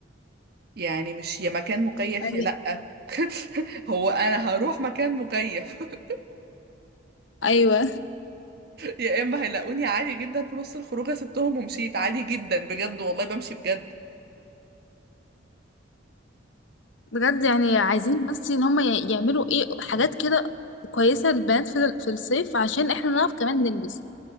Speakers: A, on the right; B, on the left.
A: يعني مش يا مكان مكيف
B: ايوه
A: يا لا <laughs> هو انا هروح مكان مكيف <laughs>
B: ايوه
A: يا اما هيلاقوني عادي جدا في نص الخروجه سبتهم ومشيت عادي جدا بجد والله بمشي بجد
B: بجد يعني عايزين بس ان هم ي- يعملوا ايه حاجات كده كويسه للبنات في ال- في الصيف عشان احنا نعرف كمان نلبس